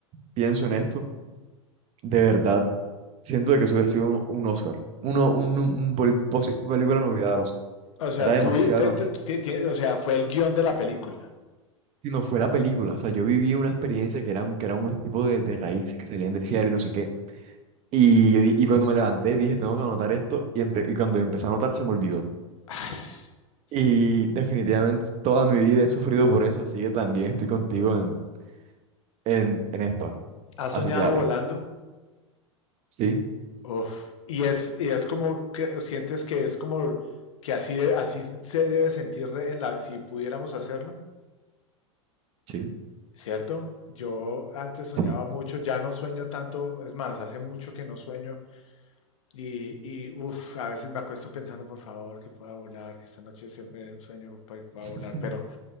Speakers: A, on the right; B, on the left.
A: pienso en esto, de verdad, siento de que eso hubiera sido un, un Oscar, uno, un, un poli- posi- película novedad al Oscar.
B: O sea,
A: Era demasiado,
B: tú, te-
A: demasiado.
B: te- te- te- o sea, fue el guión de la película.
A: si no fue la película, o sea, yo viví una experiencia que eran, que era un tipo de, de raíces que salían del cielo y no sé qué. Y, yo di- y cuando me levanté dije, tengo que anotar esto, y, entre, y cuando empecé a anotar se me olvidó.
B: <sighs>
A: Y definitivamente toda mi vida he sufrido por eso, así que también estoy contigo en, en, en esta.
B: ¿Has
A: Así
B: soñado
A: que dale.
B: volando?
A: Sí,
B: Uf. Y es, y es como que sientes que es como que así, de- así se debe sentir re- en la, si pudiéramos hacerlo,
A: sí,
B: ¿cierto? Yo antes soñaba
A: sí,
B: mucho, ya no sueño tanto, es más, hace mucho que no sueño y, y uf, a veces me acuesto pensando, por favor, que pueda volar, que esta noche sea un sueño que pueda pueda
A: <laughs>
B: volar, pero